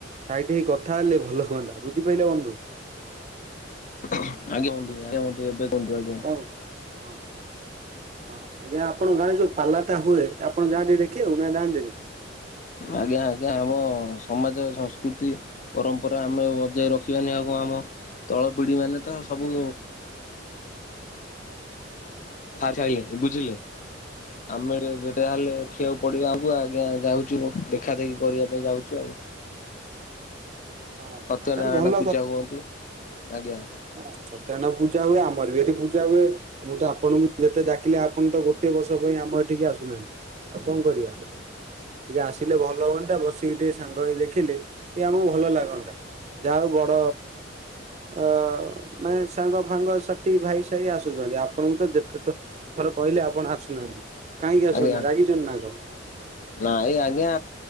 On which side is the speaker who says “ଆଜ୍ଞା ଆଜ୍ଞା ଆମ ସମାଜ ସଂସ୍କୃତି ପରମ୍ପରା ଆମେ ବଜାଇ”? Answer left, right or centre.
Left